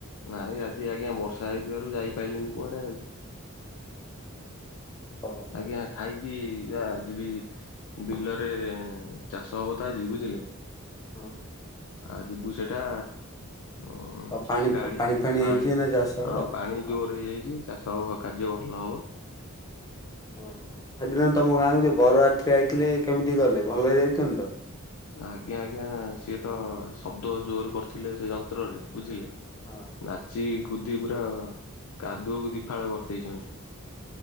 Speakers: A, on the left; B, on the left.
A: ନାଇଁ ଆଜି ଆଜ୍ଞା ବର୍ଷା ହେଇଥିବାରୁ ଯାଇପାଇଲିିନି କୁଆଡେ ଆଉ।
B: ଓହୋ
A: ଆଜ୍ଞା ଖାଇକି ଆ ଯିବି ବିଲରେ ଚାଷ ହବ ତ ଆଜି ବୁଝିଲେ?
B: ହଁ
A: ଆ ଯିବୁ ସେଟା ଉଁ
B: ଆଉ ପାଣି
A: ଗାଡି
B: ପାଣି ଫାଣି
A: ହଁ
B: ହେଇଛି
A: ଆଜ୍ଞା
B: ନା ଚାଷ ହବ?
A: ହଁ ପାଣି
B: ହଁ।
A: ଜୋରେ ହେଇଯାଇଚି ଚାଷ ହବ କାର୍ଯ୍ୟ ଭଲ ହବ।
B: ଓହୋ ହେଦିନ ତମ ଗାଁକୁ ଯୋଉ ବରଯାତ୍ରୀ ଆଇଥିଲେ କେମିତି ଗଲେ ଭଲେରେ ଯାଇଛନ୍ତି ତ?
A: ଆଜ୍ଞା-ଆଜ୍ଞା ସିଏ ତ ଶବ୍ଦ ଜୋର୍ କରିଥିଲେ ସେ ଯନ୍ତ୍ରରେ ବୁଝିଲେ।
B: ହଁ।
A: ନାଚି କୁଦି ପୁରା କାଦୁଅକୁ ଦିଫାଳ କରିଦେଇଚନ୍ତି।